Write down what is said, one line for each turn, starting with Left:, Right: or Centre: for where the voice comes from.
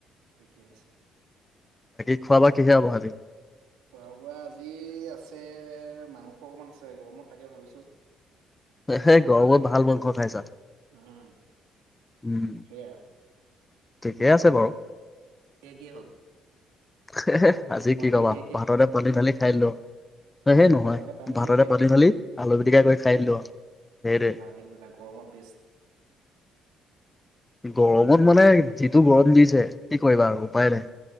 Right: ঠিকে আছে
Left: খাোৱা বোৱা কিহেৰে হ'ব আজি?
Right: খোৱা বোৱা আজি আছে মাংস অকমান আছে গৰমত থাকে ভাবিছো খাই
Left: হে হে
Right: দিওঁ আৰু
Left: গৰমত ভাল মাংস খাইছা
Right: উম
Left: উম
Right: সেয়া
Left: ঠিকেই
Right: তোমালোকৰ
Left: আছে বাৰু।
Right: কিহে কিহে হ'ল
Left: হে হে আজি
Right: তোমালোকৰ
Left: কি কবা
Right: কিহে কিহে হ'ল
Left: ভাততে পানী ঢালি খাইদিলো হয় সেই নহয়।
Right: ভাততে পানী
Left: ভাততে
Right: ঢালিয়ে
Left: পানী ঢালি আলু পিটিকা কৰি খাই দিলো আৰু। সেইটোৱে
Right: ভালেই গলা গৰমত বেছ
Left: গৰমত মানে যি যিটো গৰম দিছে কি কৰিবা আৰু উপায় নাই